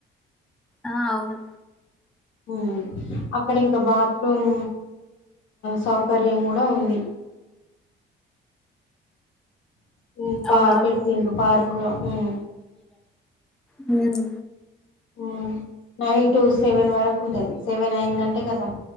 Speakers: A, in the centre; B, on the left (about 75°).
A: ఆ అవును
B: హమ్ అక్కడ ఇంక బాత్రూమ్ సౌకర్యం గుడా ఉంది హమ్ పా
A: అవునా
B: పెట్టిండు పార్క్ లో ఊ
A: హమ్
B: ఊ నైయ్ టూ సెవెన్ వరకు ఉంటది సెవెన్ అయిందంటే కతం